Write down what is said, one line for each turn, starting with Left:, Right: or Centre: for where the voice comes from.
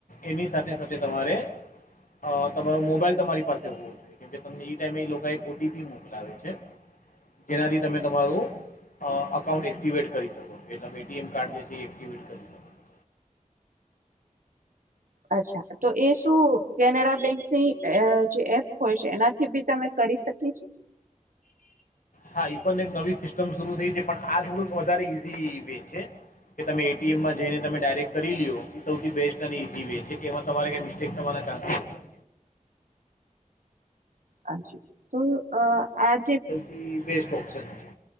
Left: એની સાથે સાથે તમારે અ તમારો મોબાઈલ તમારી પાસે હોવો કે તમને એ ટાઈમે એ લોકો એક ઓ ટી પી મોકલાવે છે જેનાથી તમે તમારું અ અકાઉન્ટ એક્ટિવેટ કરી શકો છો તમે એ ટી એમ કાર્ડ જે છે એ એક્ટિવેટ કરી શકો. છો
Right: અચ્છા તો એ શું કેનેડા બેંક જે એપ હોય છે એનાથી બી તમે કરી શકી છી
Left: હા ઈ પણ એક નવી સિસ્ટમ શરૂુ થઈ છે પણ આ થોડુંક વધારે ઈઝી વે છે કે તમે એટીએમમાં જઈને તમે ડાયરેક્ટ કરી લ્યો એ સૌથી બેસ્ટ અને ઇઝી વે છે કે એમાં તમારે કંઈ મિસ્ટેક થવાના ચાન્સ થાય
Right: અ તો અ આજ
Left: સૌથી બેસ્ટ ઓપ્શન છે